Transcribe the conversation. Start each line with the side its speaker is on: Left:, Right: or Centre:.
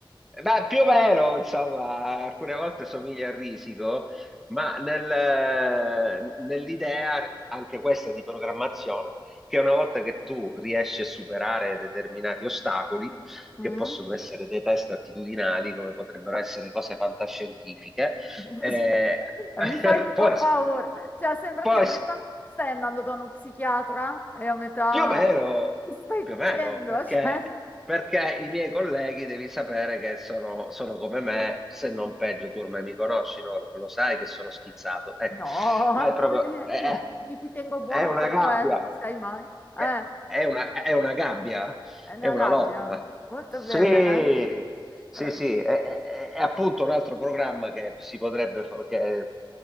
Centre: Ma più o meno, insomma, alcune volte somiglia a risico, ma nel- nell'idea anche questa di programmazione, che una volta che tu riesci a superare determinati ostacoli,
Left: Mm?
Centre: che possono essere dei test attitudinali, come potrebbero essere cose fantascientifiche,
Left: <laughs>
Centre: eh, <laughs>
Left: Mi fai un po'
Centre: poi,
Left: paura. Cioè, sembra
Centre: poi
Left: che a metà stai andando da uno psichiatra e a metà
Centre: Più o meno,
Left: Che stai
Centre: più
Left: dicendo,
Centre: o meno, perché,
Left: Cioè,
Centre: perché i miei colleghi devi sapere che sono, sono come me, se non peggio, tu ormai mi conosci, no? Lo, lo sai che sono schizzato. Ecco,
Left: no, <laughs>
Centre: là è proprio,
Left: eh,
Centre: è,
Left: io mi, mi ti tengo
Centre: è
Left: buono
Centre: una
Left: per
Centre: gabbia,
Left: quello, non sai mai. Eh,
Centre: è, è una, è una gabbia,
Left: è una
Centre: è una
Left: gabbia.
Centre: lotta.
Left: Molto
Centre: Sì,
Left: bene.
Centre: sì,
Left: eh. Eh,
Centre: sì, è, è- è appunto un altro programma che si potrebbe, fa- che